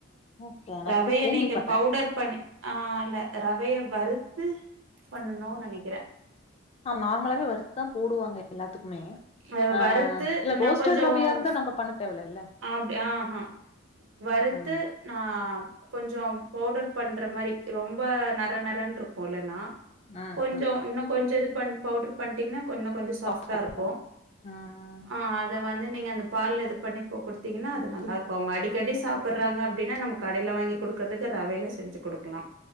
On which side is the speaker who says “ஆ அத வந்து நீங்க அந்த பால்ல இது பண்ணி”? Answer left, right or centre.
Right